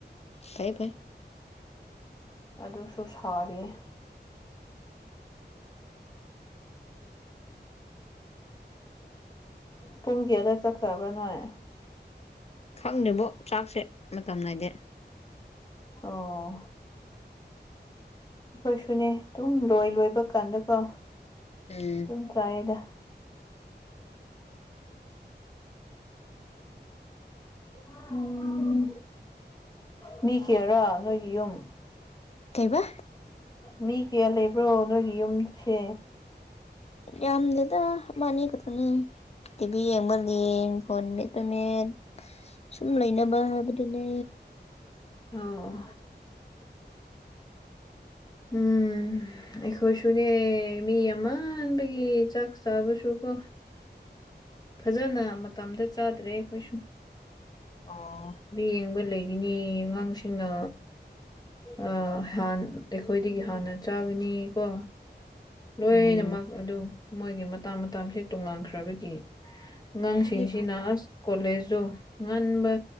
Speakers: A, on the left (about 35°); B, on the left (about 20°).
A: ꯐꯩ ꯐꯩ
B: ꯑꯗꯨꯁꯨ ꯁꯥꯔꯤꯌꯦ ꯄꯨꯡ ꯀꯌꯥꯗ ꯆꯛ ꯆꯥꯕ꯭ꯔꯥ ꯅꯣꯏ
A: ꯈꯪꯗꯦꯕꯣ ꯆꯥꯛꯁꯦ ꯃꯇꯝ ꯅꯥꯏꯗꯦ
B: ꯑꯣ ꯑꯩꯈꯣꯏꯁꯨꯅꯦ ꯑꯗꯨꯝ ꯂꯣꯏ ꯂꯣꯏꯕ ꯀꯥꯟꯗꯀꯣ
A: ꯎꯝ
B: ꯑꯗꯨꯝ ꯆꯥꯏꯌꯦꯗ ꯎꯝ ꯃꯤ ꯀꯌꯥꯔꯥ ꯅꯣꯏꯒꯤ ꯌꯨꯝ
A: ꯀꯩꯕꯥ
B: ꯃꯤ ꯀꯌꯥ ꯂꯩꯕ꯭ꯔꯣ ꯅꯣꯏꯒꯤ ꯌꯨꯝꯁꯦ
A: ꯌꯥꯝꯗꯦꯗ ꯑꯃꯥꯅꯤ ꯈꯛꯇꯅꯤ ꯇꯤꯕꯤ ꯌꯦꯡꯕ ꯌꯦꯡ ꯐꯣꯟ ꯃꯦꯠꯄ ꯃꯦꯠ ꯁꯨꯝ ꯂꯩꯅꯕ ꯍꯥꯏꯕꯗꯨꯅꯦ
B: ꯑꯣ ꯎꯝ ꯑꯩꯈꯣꯏꯁꯨꯅꯦ ꯃꯤ ꯑꯃꯥꯟꯕꯒꯤ ꯆꯥꯛ ꯆꯥꯕꯁꯨ ꯀꯣ ꯐꯖꯅ ꯃꯇꯝꯗ ꯆꯥꯗ꯭ꯔꯦ ꯑꯩꯈꯣꯏꯁꯨ
A: ꯑꯣ
B: ꯌꯦꯡꯕ ꯂꯩꯔꯤꯅꯦ ꯑꯉꯥꯡꯁꯤꯡꯅ ꯑꯥꯥ ꯍꯥꯟ ꯑꯩꯈꯣꯏꯗꯒꯤ ꯍꯥꯟꯅ ꯆꯥꯒꯅꯤ ꯀꯣ
A: ꯎꯝ
B: ꯂꯣꯏꯅꯃꯛ ꯑꯗꯨ ꯃꯣꯏꯒꯤ ꯃꯇꯥ ꯃꯇꯥꯁꯦ ꯇꯣꯉꯥꯟꯈ꯭ꯔꯕꯒꯤ ꯑꯉꯥꯡꯁꯤꯡꯁꯤꯅ
A: ꯐꯩ ꯐꯩ
B: ꯑꯁ ꯀꯣꯂꯦꯖꯖꯨ ꯉꯟꯕ